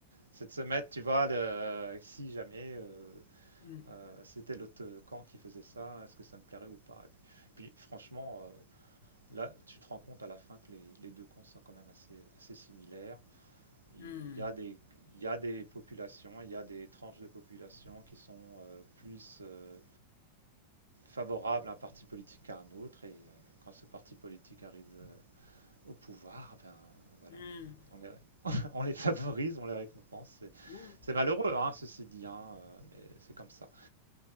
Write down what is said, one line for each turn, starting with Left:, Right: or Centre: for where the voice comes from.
Right: c'est de se mettre, tu vois, le- si jamais euh,
Left: Hmm.
Right: euh, c'était l'autre camp qui faisait ça, est-ce que ça me plairait ou pas? Et puis, puis, franchement, euh, là, tu te rends compte à la fin que les, les deux camps sont quand même assez, assez similaires. Il
Left: Hmm.
Right: y a des, il y a des populations, il y a des tranches de population qui sont euh, plus euh, favorables à un parti politique qu'à un autre. Et euh, quand ce parti politique arrive euh, au pouvoir, ben voilà,
Left: Hmm.
Right: quoi. On, les, <laughs> on les favorise, on les récompense.
Left: Ouais.
Right: C'est- malheureux, hein, ceci dit, hein, euh, mais c'est comme ça.